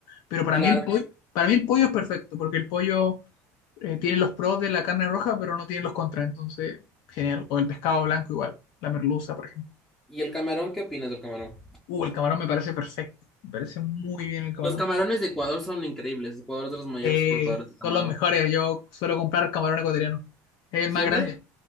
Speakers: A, on the left (about 65°); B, in the centre.
A: Pero para
B: Claro.
A: mí el pollo, para mí el pollo es perfecto, porque el pollo eh, tiene los pros de la carne roja, pero no tiene los contras. Entonces, genial. O el pescado blanco igual, la merluza, por ejemplo.
B: ¿Y el camarón? ¿Qué opinas del camarón?
A: Uh, el camarón me parece perfecto. Me parece muy bien el camarón.
B: Los camarones de Ecuador son increíbles. Ecuador es de los mayores
A: Eh,
B: exportadores de camarón.
A: son los mejores. Yo suelo comprar camarón ecuatoriano. Es el
B: ¿Siempre?
A: más grande.